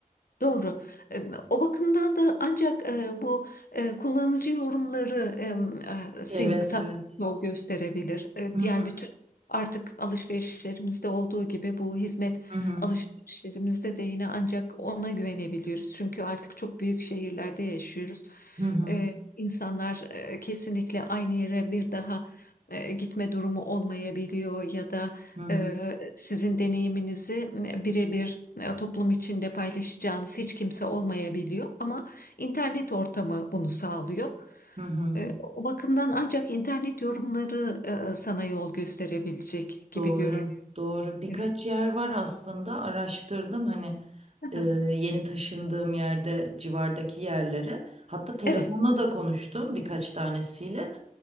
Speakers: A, on the left; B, on the right.
A: Doğru. Em, O bakımdan da ancak e, bu e, kullanıcı yorumları em, e, sen,
B: Evet,
A: sana
B: evet.
A: yol gösterebilir. E,
B: Hı
A: Diğer bütün artık alışverişlerimizde olduğu gibi bu hizmet
B: hı hı
A: alışverişlerimizde de yine ancak ona güvenebiliyoruz. Çünkü artık çok büyük şehirlerde yaşıyoruz.
B: hı
A: E, İnsanlar e, kesinlikle aynı yere bir daha e, gitme durumu olmayabiliyor ya da
B: hı hı.
A: Eee, sizin deneyiminizi birebir e, toplum içinde paylaşacağınız hiç kimse olmayabiliyor ama internet ortamı bunu sağlıyor.
B: hı hı.
A: Eee, O bakımdan ancak internet yorumları e, sana yol gösterebilecek gibi
B: Doğru,
A: görünüyor.
B: doğru. Birkaç
A: Evet.
B: yer var aslında araştırdım hani
A: <laughs>
B: e, yeni taşındığım yerde civardaki yerlere. Hatta telefonla
A: Evet.
B: da konuştum birkaç tanesiyle